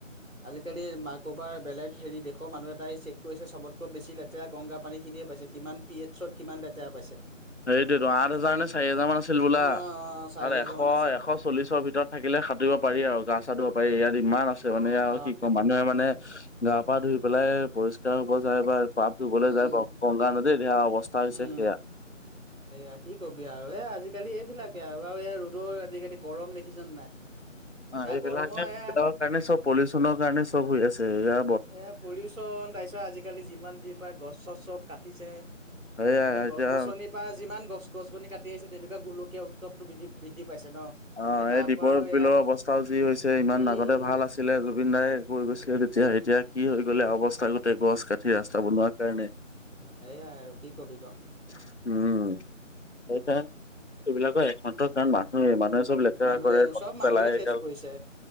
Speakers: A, on the right; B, on the left.
A: আজিকালি মাকোবাৰ বেলেগ হেৰি দেখ <unintelligible> মানুহ এটাই চেক কৰিছে। চবতকৈ বেছি লেতেৰা গংগা পানী খিনিয়ে পাইছে। কিমান পি এইচত কিমান লেতেৰা পাইছে?
B: সেইটোতো, আঠ হাজাৰ নে চাৰি হাজাৰ মান আছিল হবলা,
A: অ চাৰি হাজাৰ
B: এশ,
A: মান আছিল
B: এশ শ চল্লিশৰ ভিতৰত থাকিলে সাঁতুৰিব পাৰি আৰু গা চা ধুব পাৰি। ইয়াত ইমান আছ মানে আৰু
A: অ
B: কি কম, মানুহে মানে গা পা ধুই পেলাই পৰিষ্কাৰ হব যায় বা পাপ ধুবলৈ
A: উম
B: যায়। গংগা নদীত এয়া অৱস্থা হৈছে
A: উম
B: সেয়া।
A: এয়া কি কবি আৰু, এ আজি আজিকালি এইবিলাকে আৰু আৰু এই ৰ'দৰ আজিকালি গৰম দেখিছে নাই?
B: অ
A: এয়া
B: এইবিলাকে
A: গৰমৰ
B: এইবিলাকৰ
A: এয়া
B: কাৰণে চব পলিউচনৰ কাৰণে চব হৈ আছে। এয়া
A: এয়া পলিউচন তাৰ পিছত, আজিকালি যিমান যি পায় গছ চছ চব কাটিছে।
B: এয়া
A: এনে
B: এতিয়া
A: গছ গছনি পা যিমান গছ গছ গছনি কাটি আহিছে। তেনেকুৱা গোলকীয়া উত্তপটো বৃদ্ধি-বৃদ্ধি পাইছে ন।
B: অ',
A: তাৰ
B: এই দ্বীপৰ
A: পৰাও এয়া
B: বিলৰ অৱস্থাও যি হৈছে। ইমান
A: উম
B: আগতে ভাল আছ ছিলে জুবিন দায়ে কৈ গৈছিলে। তেতিয়া এতিয়া কি হৈ গ'লে অৱস্থা গ গোতে গছ কাটি ৰাস্তা বনোৱাৰ কাৰণে।
A: সেয়াই আৰু কি কবি ক?
B: উম', সেইকাৰণে, এইবিলাকৰ একমাত্ৰ কাৰণ মানুহে, মানুহে চব লেতেৰা
A: মানুহে
B: কৰে। নদীত
A: চব মানুহে
B: পেলাই
A: চেচ
B: সেইগাল।
A: কৰিছে